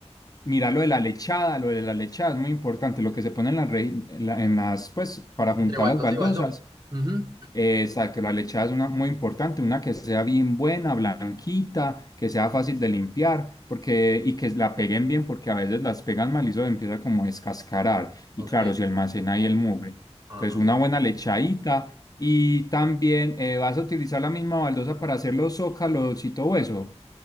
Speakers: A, on the left; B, on the right.
A: mira lo de la lechada, lo de la lechada es muy importante. Lo que se pone en las, rei- en la- en las, pues, para juntar
B: Entre baldosa
A: las baldosas.
B: y baldosa. Ujú,
A: Eh, Exacto, la lechada es una muy importante, una que sea bien buena, blanquita, que sea fácil de limpiar, porque y que la peguen bien, porque a veces las pegan mal y eso empieza como a descascarar. Y
B: Ok,
A: claro, se almacena ahí el mugre.
B: ajá.
A: Entonces, una buena lechadita y también eh, vas a utilizar la misma baldosa para hacer los zócalos y todo eso,